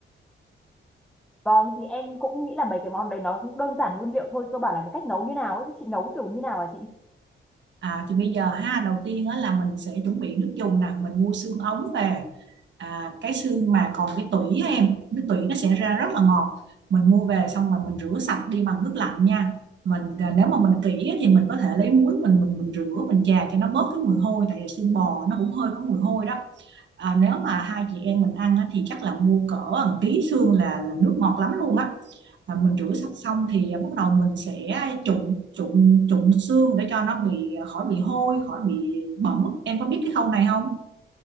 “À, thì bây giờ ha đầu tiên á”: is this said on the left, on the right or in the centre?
Right